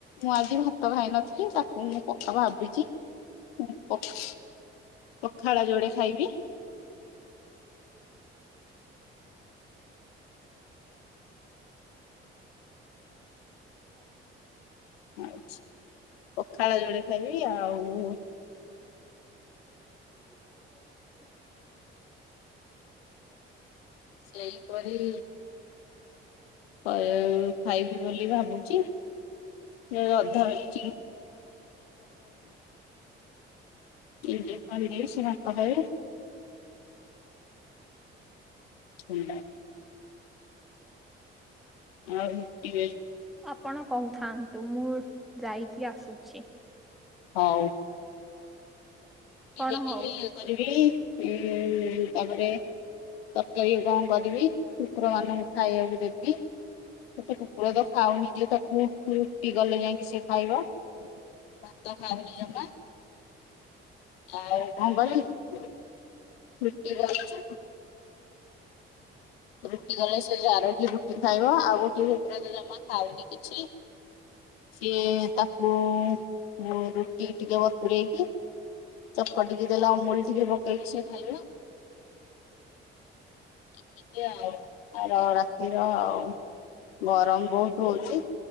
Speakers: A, on the left; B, in the centre.
A: ମୁଁ ଆଜି ଭାତ ଖାଇନଥିଲି ତାକୁ ମୁଁ ପକା ଭାବିଛି। ମୁଁ ପଖା ପଖାଳ ଯୋଡେ ଖାଇବି।
B: <inaudible>
A: ଆଚ୍ଛା ପଖାଳ ଯୋଡେ ଖାଇବି ଆଉ।
B: <inaudible>
A: ସେଇପରି କ ଖାଇବି ବୋଲି ଭାବୁଛି। <unintelligible> ସମ୍ ବାରବି ଇନ୍ତି ବନେଇବି ସେ ଭାତ ଖାଇବେ। ଥଣ୍ଡା ଆଉ ରୁଟି ବେ
B: ଆପଣ କହୁଥାନ୍ତୁ ମୁଁ ଯାଇକି ଆସୁଛି।
A: ହଉ।
B: କଣ
A: ରୁଟି
B: ହଉ।
A: ବେଳିବି ଇଏ କରିବି ଉଁ ତାପରେ ତରକାରୀ କଣ କରିବି କୁକୁର ମାନଙ୍କୁ ଖାଇବାକୁ ଦେବି। ଗୋଟେ କୁକୁର ତ ଖାଉନି ଯେ ତାକୁ ରୁଟି କଲେ ଯାଇଁକି ସେ ଖାଇବ। ଭାତ ଖାଉନି ଜମା। ଆଉ କଣ କରିବି ରୁଟି କରୁଚି। ରୁଟି କଲେ ସେ ଜାରଟି ରୁଟି ଖାଇବ ଆଉ ଗୋଟିଏ କୁକୁର ତ ଜମା ଖାଉନି କିଛି। ସିଏ ତାକୁ ରୁଟି ଟିକେ ବତୁରେଇକି ଚକଟିକି ଦେଲେ ଅମୁଲ୍ ଟିକେ ପକେଇକି ସେ ଖାଇବ। <inaudible> ଆଉ ଆର ରାତିର ଆଉ। ଗରମ ବହୁତ ହଉଛି